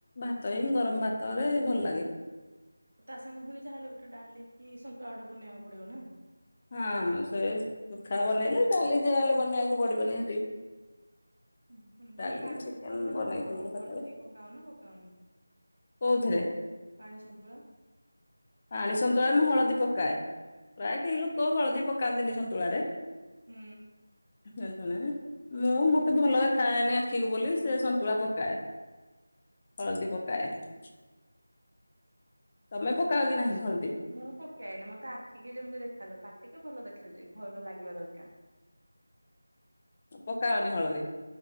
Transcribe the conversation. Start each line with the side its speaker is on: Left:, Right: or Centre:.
Left: ଭାତ ହିଁ ଗରମ ଭାତରେ ଭଲ ଲାଗେ।
Right: ତା ସାଙ୍ଗେ ପୁଣି ଯାହାହେଲେ ଗୋଟେ ଡ଼ାଲି କି ସନ୍ତୁଳା ଗୋଟେ ବନେଇବାକୁ ପଡିବ ନା।
Left: ହଁ ସେ ସୁୁଖା ବନେଇଲେ ଡାଲି ଯା ହେଲେ ବନେଇବାକୁ ପଡିବ ନିହାତି।
Right: ହୁଁ ହଁ
Left: ଡାଲି
Right: ତମେ ପାଣି
Left: ଚିକେନ
Right: ସନ୍ତୁଳା ବନେଇଲେ
Left: ବନେଇଥିଲି
Right: କଣ
Left: ସକାଳେ
Right: ହଳଦୀ ପକାଅ ନା ପକାଅନି।
Left: କୋଉଥିରେ।
Right: ପାଣି ସନ୍ତୁଳା।
Left: ପାଣି ସନ୍ତୁଳାରେ ମୁଁ ହଳଦୀ ପକାଏ ପ୍ରାୟେ କେହି ଲୋକ। ଲୋକ ହଳଦୀ ପକାନ୍ତିନି ସନ୍ତୁଳାରେ।
Right: ହୁଁ।
Left: <unintelligible> ମୁଁ ମତେ ଭଲ ଦେଖା ଯାଏନି ଆଖିକୁ ବୋଲି ସେ ସନ୍ତୁଳା ପକାଏ। ହଳଦୀ ପକାଏ ତମେ ପକାଅ କି ନାହିଁ ହଳଦୀ।
Right: ମୁଁ ପକାଏନି ମତେ ଆଖିକି ଯେମିତି ଦେଖାଯିବ ପାଟିକି ଭଲ ଦେଖାଯିବା ଭଲ ଲାଗିବା ଦରକାର।
Left: ପକାଅନି ହଳଦୀ।